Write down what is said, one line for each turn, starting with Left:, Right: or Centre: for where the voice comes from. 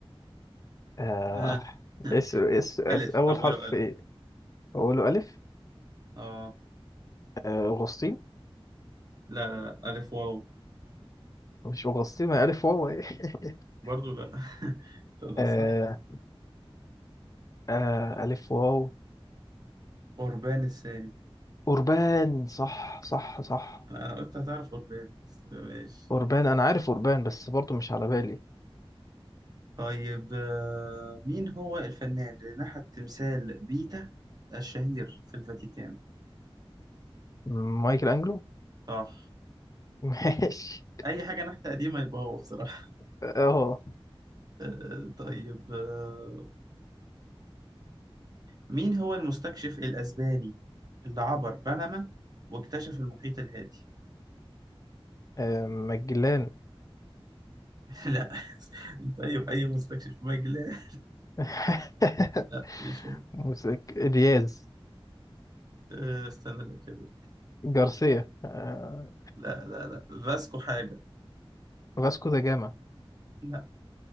Left: آه
Right: آه. <laughs>
Left: اس اس اس
Right: ألف
Left: أول
Right: أوله
Left: حرف
Right: ألف
Left: إيه؟ أقوله ألف
Right: آه
Left: آه أغسطين
Right: لا لا لا ألف واو
Left: مش أغسطين ما ألف واو إيه <laughs>
Right: برضو لا <laughs> تبدأ
Left: آه
Right: صح
Left: آه ألف واو
Right: قربان الثاني
Left: أوربان صح صح صح
Right: أنا أنا قلت هتعرف قربان بس ماشي
Left: أوربان أنا عارف أوربان بس برضه مش على بالي
Right: طيب آه، مين هو الفنان اللي نحت تمثال بيتا الشهير في الفاتيكان
Left: مايكل أنجلو
Right: صح
Left: <laughs> ماشي
Right: أي حاجة نحت قديمة يبقى هو بصراحة
Left: اه
Right: <laughs> آه، طيب آه، مين هو المستكشف الأسباني اللي عبر بنما واكتشف المحيط الهادي
Left: آه، مجلان
Right: لا <laughs> انت اي اي مستكشف مجلاه
Left: <laughs>
Right: لا مش هو
Left: موسيك دياز
Right: أه، استنى ده كده
Left: جارسيا آه،
Right: لا لا لا فاسكو حاجه
Left: فاسكو دا جاما
Right: لا